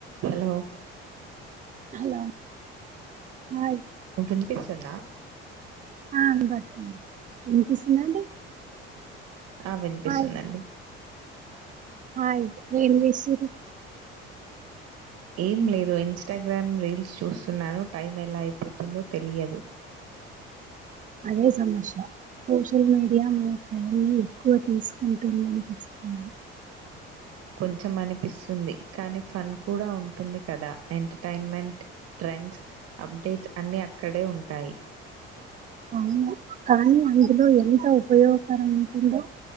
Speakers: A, on the right; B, on the right.
A: Hello
B: hello hi
A: విన్పిస్తుందా
B: ఆ వినబడుతుంది. విన్పిస్తుందా అండి.
A: ఆ వినిపిస్తుందండి.
B: హాయ్ హాయ్ ఏం చేసుర్రు
A: ఏం లేదు ఇన్స్టాగ్రామ్ రీల్స్ చూస్తున్నాను టైం ఎలా అయిపోతుందో తెలియదు
B: అదే సమష్ సోషల్ మీడియా మ అవన్ని ఎక్కువ తీసుకుంటుందనిపిస్తుంది
A: కొంచెం అనిపిస్తుంది కానీ ఫన్ కూడా ఉంటుంది కదా ఎంటర్టైన్మెంట్ ట్రెండ్స్ అప్డేట్స్ అన్ని అక్కడే ఉంటాయి
B: అవును కానీ అందులో ఎంత ఉపయోగకరం ఉంటుందో